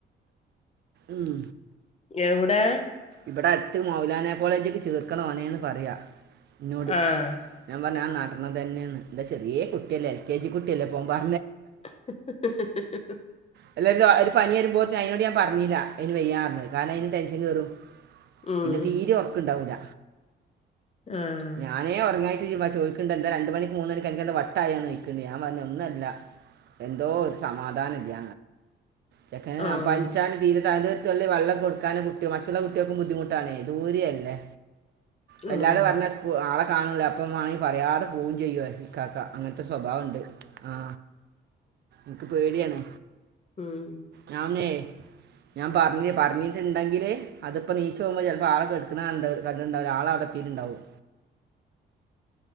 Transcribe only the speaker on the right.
ഉം
ഇവിടടുത്ത് മൗലാന കോളേജിക്ക് ചേർക്കണോനെന്ന് പറയാ ഇന്നോട്
ഞാ പ്പഞാൻ നടന്നതന്നെയന്ന് ഇന്റെ ചെറിയേ കുട്ടിയല്ലേ എൽ കെ ജി കുട്ടിയല്ലേ പ്പഒമ്പാ
<unintelligible> ഒരു പനിയെരുമ്പോത്തിന് അയിനോട്ഞാ പറഞ്ഞില്ല അയിന് വെയ്യാന്ന് കാരണം അയിന് ടെൻഷൻ കേറും
പിന്നെ തീരെ ഒർക്ണ്ടാവൂല
ഞാനേ ഒർങ്ങായി ലീവ ചോയ്ക്ണ്ടെ. ന്താ രണ്ട് മണിക്ക് മൂന്ന് മണിക് അൻക്കെന്താ വട്ടായോന്ന് ചോയ്ക്ണ്ട് ഞൻ പർഞ് ഒന്നെല്ല എന്തോ ഒരു സമാധാനല്യ ചെക്കനെ
ഞ പ്പൻച്ചാണ്ട് തീരെ തലൊ തുള്ളി വള്ളം കൊടുക്കാന് കുട്ട്യോ മറ്റുള്ള കുട്ട്യേക്കും ബുദ്ധിമുട്ടാണേ ദൂരിയെല്ലേ വല്ലാതെ
പർഞ്ഞ സ്കു ആളെ കാണൂല അപ്പമാണെ പറയാതെ കാക്ക അങ്ങൻത്തെ സ്വഭാവണ്ട് ആ ൻക്ക് പേടിയാണ്.
ഞാനേ
ഞാൻ പർഞ് പറഞ്ഞിട്ടുണ്ടങ്കില് അത്പ്പോ നീച്ചോമ്പള് ചെൽപ്പൊ ആളെകെട്ക്ണ കണ്ട് കണ്ട് ണ്ടാവുല്ല ആളെവ്ടെത്തിണ് ണ്ടാവും